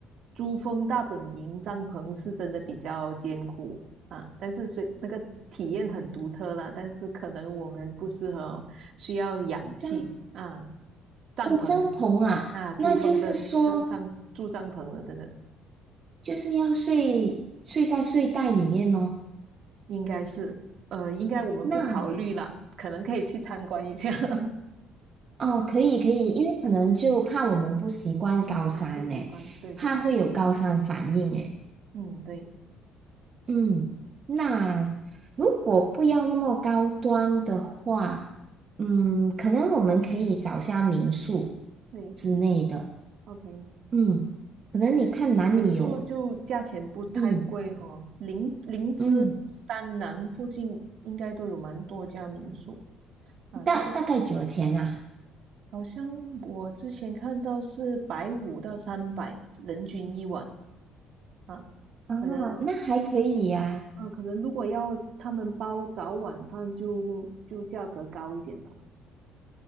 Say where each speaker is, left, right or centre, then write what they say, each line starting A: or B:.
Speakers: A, on the right (about 65°); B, on the right (about 45°).
A: 珠峰大本营帐篷是真的比较艰苦啊，但是虽那个体验很独特了，但是可能我们不适合哦需要氧气啊，
B: 帐
A: 帐篷
B: 哦帐篷啊，
A: 啊，珠峰的帐帐住帐篷的这个
B: 那就是说就是要睡睡在睡袋里面哦。
A: 应该是呃，应该我们不考虑了，
B: 那
A: 可能可以去参观一下 <laughs>。
B: 哦可以可以，因为可能就怕我们不习惯高山呢，
A: 啊，不习惯，对对
B: 怕会有高山反应诶。
A: 嗯，对，
B: 嗯，那如果不要那么高端的话，嗯，可能我们可以找下民宿
A: 对，
B: 之类的。
A: 明，OK。
B: 嗯，可能你看哪里有，
A: 民宿就价钱不太贵哈、
B: 嗯
A: 林林芝、
B: 嗯，
A: 丹南附近应该都有蛮多家民宿啊。
B: 大大概九钱呐、
A: 这个好像我之前看到是百五到三百人均一晚啊，
B: 啊，
A: 可能
B: 哦那还可以呀、
A: 啊，可能如果要他们包早晚饭就，就价格高一点吧。